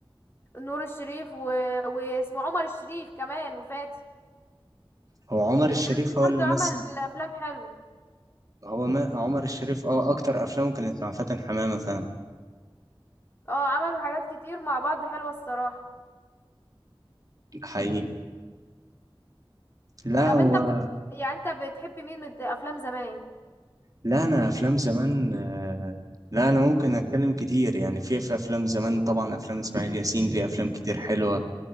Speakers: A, on the left; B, on the right.
A: نور الشريف و... واسمه عمر الشريف كمان وفاتن
B: هو عمر الشريف
A: الناس دي
B: هو
A: برضو
B: اللي
A: عمل
B: مثل
A: افلام حلوه
B: هو ما عمر الشريف اه اكتر افلامه كانت مع فاتن حمامة فعلا
A: اه عملوا حاجات كتير مع بعض حلوة الصراحة
B: ده حقيقي لا
A: طب
B: هو
A: انت بتت... يعني انت بتحب مين من افلام زمان
B: لا انا افلام زمان آه، لا انا ممكن اتكلم كتير يعني في في افلام زمان طبعا افلام اسماعيل ياسين ليه افلام كتير حلوة